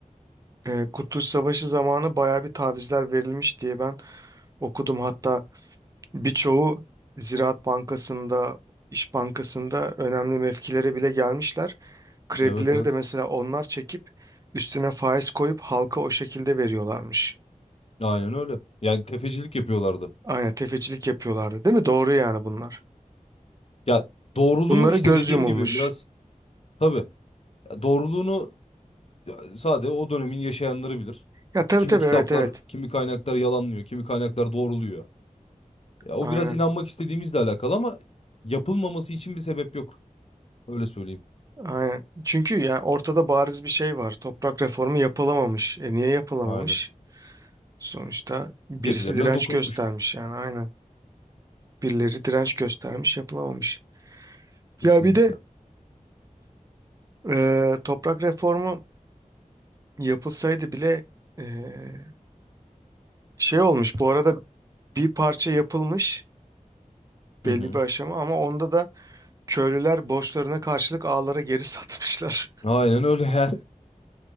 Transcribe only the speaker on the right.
e, Kurtuluş Savaşı zamanı bayağı bir tavizler verilmiş diye ben okudum. Hatta Birçoğu Ziraat Bankası'nda, İş Bankası'nda önemli mevkilere bile gelmişler. Kredileri
de mesela onlar çekip üstüne faiz koyup halka o şekilde veriyorlarmış.
Aynen tefecilik yapıyorlardı değil mi? Doğru yani bunlar.
Bunlara
göz
yumulmuş.
Ya tabii
tabii
evet evet.
Aynen
aynen. Çünkü yani ortada bariz bir şey var. Toprak reformu yapılamamış. E niye yapılamamış?
Sonuçta birisi
direnç
göstermiş yani aynen. Birileri direnç göstermiş yapılamamış.
Ya bir de Ee, toprak reformu yapılsaydı bile ee, şey olmuş bu arada bir parça yapılmış belli
bir aşama ama onda da köylüler borçlarına karşılık ağlara geri satmışlar.